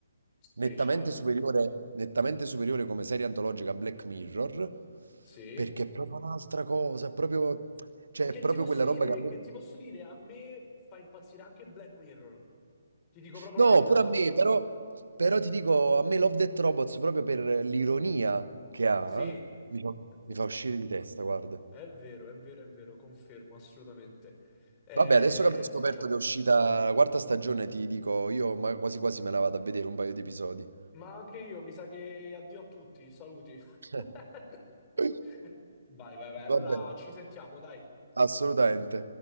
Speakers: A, on the left (about 25°); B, on the right (about 70°).
A: Speciale.
B: Nettamente superiore, nettamente superiore come serie antologica a Black Mirror,
A: Sì.
B: perché è proprio un'altra cosa, è proprio, cioè,
A: Che
B: è proprio
A: ti posso
B: quella
A: dire?
B: roba che a me...
A: Che ti posso dire? A me fa impazzire anche Black Mirror. Ti dico proprio
B: No,
A: la verità.
B: pure a me, però, però ti dico, a me Love Death Robots, proprio per l'ironia che ha,
A: Sì,
B: mi fa,
A: è vero.
B: mi fa uscire di testa, guarda.
A: È vero, è vero, è vero, confermo assolutamente. È
B: Vabbè, adesso che abbiamo scoperto
A: speciale.
B: che è uscita la quarta stagione, ti dico, io ma quasi quasi me la vado a vedere un paio di episodi.
A: Ma anche io, mi sa che addio a tutti, saluti.
B: <laughs>
A: <laughs> Vai, vai, vai. Allora
B: Va bene,
A: ci sentiamo, dai.
B: assolutamente.